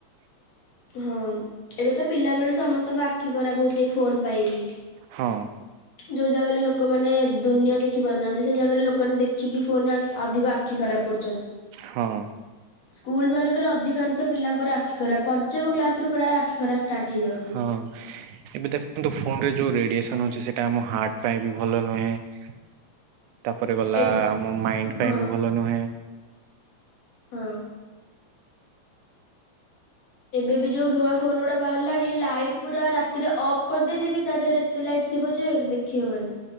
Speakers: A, on the left; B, on the right.
A: ହଁ, ଏବେତ ପିଲାବେଳୁ ସମସ୍ତଙ୍କ ଆଖି ଖରାପ ହଉଛି। ଏ ଫୋନ ପାଇଁକି
B: ହଁ
A: ଯୋଉଁ ଜାଗାରେ ଲୋକ ଲୋକମାନେ ଦୁନିଆ ଦେଖିପାରୁନାହାନ୍ତି। ସେଜାଗାରେ ଲୋକମାନେ ଦେଖିକି ଫୋନରେ ଅଧିକ ଆଖି ଖରାପ କରୁ
B: ହଁ।
A: ସ୍କୁଲମାନଙ୍କରେ ଅଧିକାଂଶ ପିଲାଙ୍କର ଆଖି ଖରାପ, ପଞ୍ଚମ କ୍ଲାସରୁ ପ୍ରାୟ ଆଖି ଖରାପ। ଷ୍ଟାର୍ଟ ହେଇଯାଉଛି।
B: ହଁ, ଏବେ ଦେଖନ୍ତୁ ଫୋନରେ ଯୋଉଁ ରେଡିଏସନ ହେଉଚି ସେ ସେଟା ଆମ ହାର୍ଟ ପାଇଁବି ଭଲ ନୁହେଁ। ତାପରେ ଗଲା,
A: ଏବେ
B: ଆମ ମାଇଣ୍ଡ
A: ହଁ
B: ପାଇଁ ବି ଭଲ ନୁହେଁ।
A: ହଁ। ଏବେବି ଯୋଉଁ ନୂଆ ଫୋନଗୁଡା ବାହାରିଲାଣି ଲାଇଟପୁରା ରାତିରେ ଅଫ୍ କରିଦେଲେବି ତା ଦେହରେ ଏତେ ଲାଇଟ ଥିବ ଯେ ଦେଖିହବନି,